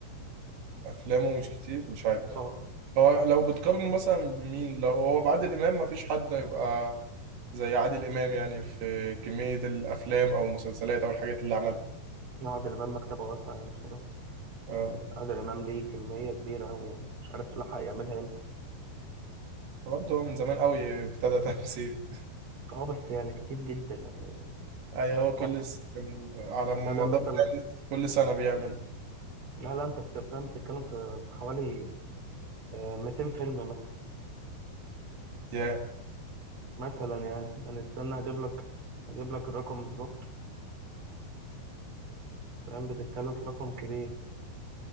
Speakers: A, on the right; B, on the right.
A: أفلامه مش كتير مش عارف
B: اه
A: هو لو بتقارنه مثلا بمين لو هو بعادل إمام مفيش حد هيبقى زي عادل إمام يعني في كمية الأفلام أو المسلسلات أو الحاجات اللي عملها
B: عادل امام مكتبه واسعه يعني بصراحه يعني
A: اه
B: عادل امام ليه كميه كبيره قوي يعني مش عارف لحق يعملها امتى
A: برضه هو من زمان قوي ابتدى تمثيل
B: اه بس يعني كتير جدا يعني
A: ايوه
B: بتتكلم
A: هو كل س... كان على مدار
B: بتتكلم مثلا
A: يعني كل سنة بيعمل
B: لا لا انت بتفهم بتتكلم في في حوالي آه، 200 فيلم مثلا
A: يا
B: مثلا يعني يعني استنى اجيب لك اجيب لك الرقم بالظبط فاهم بتتكلم في رقم كبير